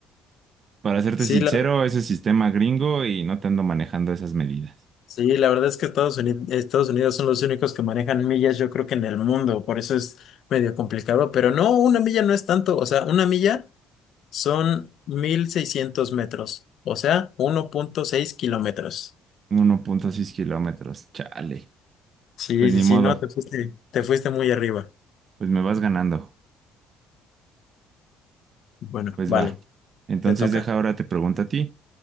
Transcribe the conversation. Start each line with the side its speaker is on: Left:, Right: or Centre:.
Right: para serte
Left: sí,
Right: sincero,
Left: la
Right: ese sistema gringo y no te ando manejando esas medidas.
Left: Sí, la verdad es que Estados Unidos, Estados Unidos son los únicos que manejan millas, yo creo que en el mundo, por eso es medio complicado, pero no, una milla no es tanto, o sea, una milla son 1600 metros, o sea, uno punto seis kilómetros.
Right: Uno punto seis kilómetros, chale,
Left: Sí,
Right: pues
Left: sí,
Right: ni
Left: sí,
Right: modo,
Left: no, te fuiste, te fuiste muy arriba.
Right: pues me vas ganando,
Left: Bueno,
Right: pues
Left: vale,
Right: va. Entonces
Left: te toca.
Right: deja ahora te pregunto a ti.